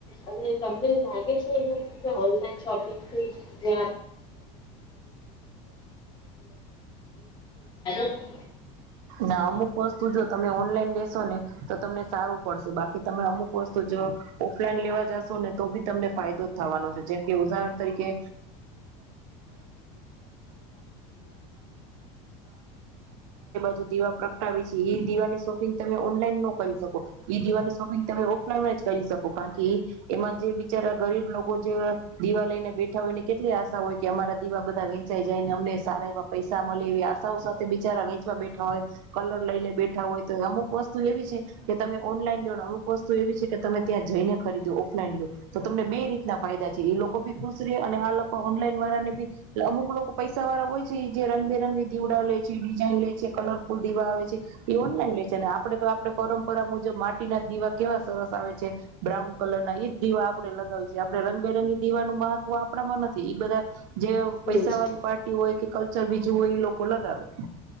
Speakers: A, on the left; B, on the right.
A: અને તમને લાગે છે, એવું કે ઓનલાઈન શોપિંગથી જે <unintelligible> <inaudible> <unintelligible> હશે. <inaudible>
B: <unintelligible> તમે અમુક વસ્તુ જો તમે ઓનલાઈન લેશોને તો તમને. <unintelligible> બાકી તમે અમુક વસ્તુ જો ઓફલાઈન લેવા જશોને તો બી તમને ફાયદો થાવાનો છે, જેમકે ઉદાહરણ તરીકે <inaudible> દીવા પ્રગટાવે છે એ દીવાની શોપિંગ તમે ઓનલાઈન ન કરી શકો દીવાની શોપિંગ તમે ઓફલાઈન જ કરી શકો કારણ કે એમાં જે બિચારા ગરીબ લોકો જે દીવા લઈને બેઠા હોય એની કેટલી આશા હોય કે અમારા દીવા બધા વેંચાઈ જાય ને અમને સારા એવા પૈસા મળે એવી આશાઓ સાથે બિચારા વેચવા બેઠા હોય કલર લઈને બેઠા હોય તો અમુક વસ્તુ એવી છે કે તમે ઓનલાઈન લો ને અમુક વસ્તુ એવી છે, કે તમે ત્યાં જઈને ખરીદ્યો ઓફલાઈન લો તો તમને બે રીતના ફાયદા છે, એ લોકો ભી ખુશ રહે અને આ લોકો ઓનલાઈન વાળાને બી અમુક લોકો પૈસા વાળા હોય છે, જે રંગબેરંગી દીવડા લે છે, ડિઝઇન લે <unintelligible> કલરફુલ દીવા આવે છે, એ ઓનલાઈન લે છે, ને આપડે તો આપડ પરંપરા મુજબ માટીના દીવા કેવા સરસ આવે છે, બ્રાઉન કલર એ દીવા આપડે લગાવીશ આપડણે રંગબેરંગી દીવાનું મહત્વ આપણામાં નથી એ બધા જે પૈસા
A: નથી
B: વાળી પાર્ટી હોય કે <unintelligible> બીજું હોય એ લોકો લગાવે